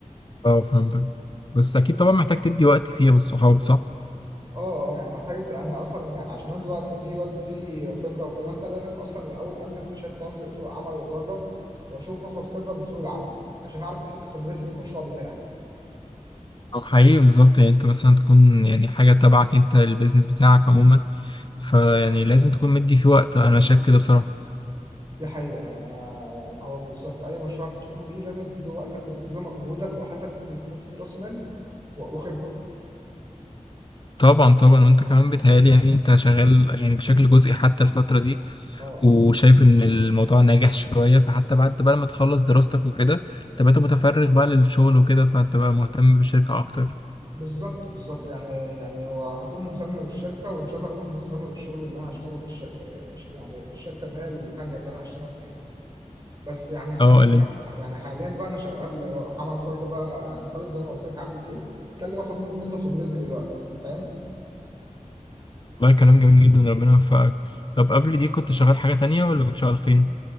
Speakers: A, on the left (about 35°); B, on the right (about 30°).
A: اه فهمتك بس اكيد طبعا محتاج تدي وقت فيها بالصحاب صح
B: اه اه يعني محتاج أد... انا اصلا يعني عشان ادي وقت فيه وادي فيه خبره والكلام ده لازم اصلا الاول انزل في شركه وانزل سوق عمل واجرب واشوف اخد خبره من سوق العمل عشان اعرف احط خبرتي في المشروع بتاعي
A: او حقيقي بالظبط يعني انت مثلا تكون يعني حاجة تبعك انت البيزنس بتاعك عموما فيعني لازم تكون مدي فيه وقت انا شايف كده بصراحة
B: دي حقيقه يعني انا يعني هو بالظبط اي مشروع بتقوم بيه لازم تدي وقتك وتدي له مجهودك وحتى تدي تحط فيه راس مال و- وخبره
A: طبعا طبعا وانت كمان بيتهيألي يعني انت شغال يعني بشكل جزئي حتى الفترة دي
B: اه آه.
A: وشايف ان الموضوع ناجح شوية فحتى بعد بقى ما تخلص دراستك وكده تبقى انت متفرغ بقى للشغل وكده فانت بقى مهتم بالشركة اكتر
B: بالظبط بالظبط يعني يعني هو هكون مهتم بالشركة وإن شاء الله هكون مهتم بالشغل اللي أنا هشتغله في الشركة في ش- يعني في الشركة اللي هي التانية اللي أنا هشتغل فيها دي بس يعني حاليا
A: اه
B: يعني يعني حاليا بقى أنا شغال عمل حر بقى يعني خالص زي ما قلت لك عامل تيم ده اللي باخد من- منه خبرتي دلوقتي يعني فاهم
A: والله كلام جميل جدا ربنا يوفقك طب قبل دي كنت شغال حاجة تانية ولا كنت شغال فين؟